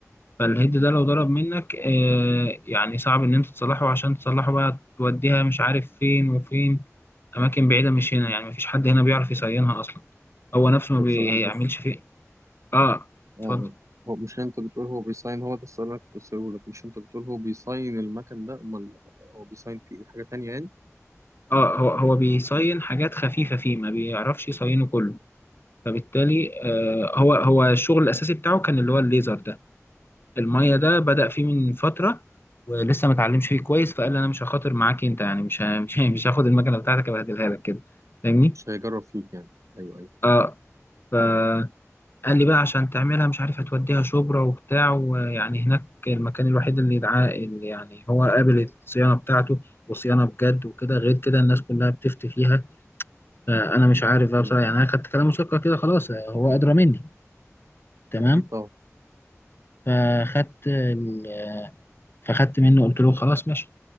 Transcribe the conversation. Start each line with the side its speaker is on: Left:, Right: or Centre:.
Left: فالهيد ده لو ضرب منك آه، يعني صعب إن أنت تصلحه عشان تصلحه بقى توديها مش عارف فين وفين أماكن بعيدة مش هنا يعني مفيش حد هنا بيعرف يصينها أصلا هو نفسه ما
Right: طب
Left: بيعملش
Right: سؤال بس
Left: فيه آه
Right: اه
Left: اتفضل
Right: آه. هو مش أنت بتقول هو بيصين هو ده السؤال اللي أنا كنت أسأله لك مش أنت بتقول هو بيصين المكان ده أمال هو بيصين فيه إيه حاجة تانية يعني
Left: اه هو هو بيصين حاجات خفيفة فيه ما بيعرفش يصينه كله فبالتالي آه هو هو الشغل الأساسي بتاعه كان اللي هو الليزر ده المية ده بدأ فيه من فترة ولسه ما اتعلمش فيه كويس فقال انا مش هخاطر معاك انت يعني مش ه- مش ه- مش هاخد المكنة بتاعتك ابهدلها لك كده فاهمني؟
Right: مش هيجرب فيك يعني أيوه أيوه
Left: اه فقال لي بقى عشان تعملها مش عارف هتوديها شبرا وبتاع ويعني هناك المكان الوحيد اللي يدعاه اللي يعني هو قابل الصيانة بتاعته وصيانة بجد وكده غير كده الناس كلها بتفتي فيها آه، انا مش عارف بقى
Right: تمام.
Left: بصراحه يعني انا خدت كلام مسكر كده خلاص آه، هو ادرى مني تمام
Right: أكيد طبعا
Left: فخدت ال... آه، فخدت منه قلت له خلاص ماشي